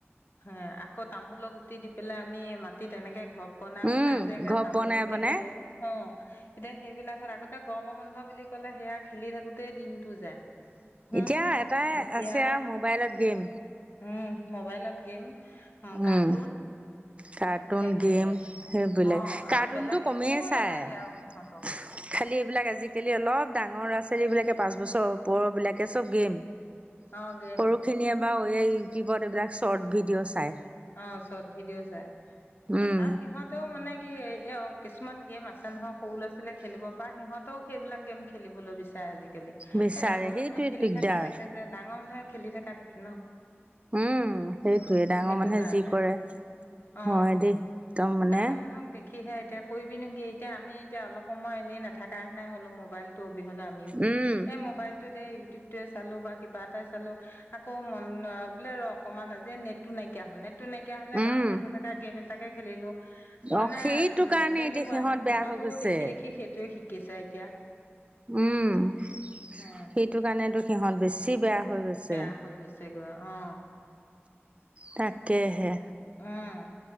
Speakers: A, on the left (about 55°); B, on the right (about 25°).
A: হ আকৌ তামোলক গুটি দি পেলাই আমি মাটিত এনেকে ঘৰ বনা
B: উম
A: বনাই যে
B: ঘৰ
A: তামোলক
B: বনাই
A: গুটি
B: বনাই
A: খেলো অ এতিয়া সেইবিলাকত আগতে গ গৰম বন্ধ বুলি ক'লে সেয়া খেলি থাকোতেই দিনটো যায় হম
B: এতিয়া এটাই
A: এতিয়া
B: আছে আৰু মোবাইলত গেম
A: উম মোবাইলত গেম,
B: উম
A: কাৰ্টুন
B: কাৰ্টুন
A: সেইখিনিয়ে
B: গেম সেইবিলাক
A: অ আৰু
B: কাৰ্টুনটো
A: বেলেগ
B: কমিয়ে
A: একো
B: চাই
A: নালাগে আৰু সিহঁতক
B: খালি এইবিলাক আজিকালি অলপ ডাঙৰ ল'ৰা ছোৱালী বিলাকে পাঁচ বছৰ ওপৰ বিলাকে চব গেম।
A: অ গেম।
B: সৰু খিনিয়ে বাৰ এই ইউটিউবত এইবিলাক শৰ্ট ভিডিঅ' চায়।
A: অ চৰ্ট ভিডিঅ' চাই
B: উম
A: আৰু সিহঁতেও মানে কি কিছুমান গেম আছে নহয় সৰু ল'ৰা ছোৱালীয়ে খেলিবৰ পৰা সিহঁতেও সেইবিলাক গেম খেলিবলৈ বিচাৰে আজিকালি। এই
B: বিচাৰে
A: ডাঙৰ
B: সেইটোৱে
A: মানুহে খেলি
B: দিগদাৰ
A: থকা দেখে যে ডাঙৰ মানুহে খেলি থকা দেখে ন।
B: উম সেইটোৱে ডাঙৰ
A: সেইটো
B: মানুহে
A: কাৰণে
B: যি কৰে
A: অ
B: হয় দেই। মানে
A: ডাঙৰ মানুহক দেখি। সিহে এতিয়া কৰিবি নোকি এতিয়া আমি এতিয়া অলপ সময় এনেই নথকাে নাই হ'লো মোবাইলটো অবিহনে আমি, নিও
B: উম
A: এই মোবাইলটোতে উটিউব য়ে চালো বা কিবা এটাই চালো আকৌ মন বোলে ৰ অকমান আজি নেটো নাইকিয়া হ'ল নে, নেটো নাইকিয় হলে
B: উম
A: ডাউনলোড হৈ থকা গেম এটাকে খেলিলো। মানে
B: অ সেইটো
A: উ
B: কাৰণে
A: তেনেকুৱা
B: এতিয়া সিহঁত
A: নাই সিহঁতও
B: বেয়া হৈ গৈছে
A: দেখি দেখি সেইটোৱে শিকিছে এতিয়া।
B: উম সেইটো
A: হে
B: কাৰণেতো সিহত বেছি বেয়া। হৈ গৈছে
A: বেয়া হৈ গৈছে গৈ অ।
B: তাকেহে।
A: উম